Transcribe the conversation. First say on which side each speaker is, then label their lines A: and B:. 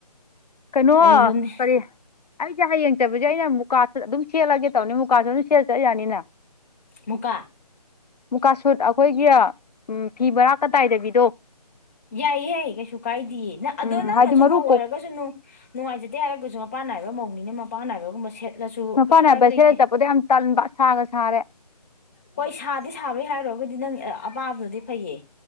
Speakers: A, on the left; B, on the left.
A: ꯀꯩꯅꯣ
B: ꯑꯗꯨꯗꯅꯦ
A: ꯀꯔꯤ ꯑꯩꯁꯦ ꯍꯌꯦꯡ ꯆꯠꯕꯁꯦ ꯑꯩꯅ ꯃꯨꯀꯥꯁꯨ ꯑꯗꯨꯝ ꯁꯦꯠꯂꯒꯦ ꯇꯧꯅꯤ ꯃꯨꯀꯥꯁꯨ ꯑꯗꯨꯝ ꯁꯦꯠ ꯆꯠ ꯌꯥꯅꯤꯅ
B: ꯃꯨꯀꯥ
A: ꯃꯨꯀꯥ ꯁꯨꯠ ꯑꯩꯈꯣꯏꯒꯤ ꯎꯝ ꯐꯤ ꯃꯔꯥꯀ ꯇꯥꯏꯗꯕꯤꯗꯣ
B: ꯌꯥꯏꯌꯦ ꯌꯥꯏꯌꯦ ꯀꯩꯁꯨ ꯀꯥꯏꯗꯌꯦ ꯅꯪ ꯑꯗꯣ
A: ꯎꯝ
B: ꯅꯪꯅ
A: ꯍꯥꯏꯗꯤ
B: ꯁꯨꯝ
A: ꯃꯔꯨ
B: ꯃꯧ ꯑꯣꯏꯔꯒꯁꯨꯅꯨ
A: ꯀꯣꯛ
B: ꯅꯨꯡꯉꯥꯏꯖꯗꯦ ꯍꯥꯏꯔꯒꯁꯨ ꯃꯄꯥꯟ ꯅꯥꯏꯕ ꯃꯧꯅꯤ ꯃꯥꯟ ꯅꯥꯏꯕꯒꯨꯝꯕ ꯁꯦꯠ ꯂꯁꯨ
A: ꯃꯄꯥꯟ
B: ꯀꯩꯁꯨ
A: ꯅꯥꯏꯕ
B: ꯀꯥꯏꯕ ꯂꯩꯇꯦ
A: ꯁꯦꯠꯂ ꯆꯠꯄꯗꯣ ꯌꯥꯝ ꯇꯟꯕ ꯁꯥꯒ ꯁꯥꯔꯦ
B: ꯍꯣꯏ ꯁꯥꯗꯤ ꯁꯥꯕꯩ ꯍꯥꯏꯔꯣ ꯑꯩꯈꯣꯏꯗꯤ ꯅꯪ ꯑꯦ ꯑꯄꯥꯕꯗꯨꯅꯗꯤ ꯐꯩꯌꯦ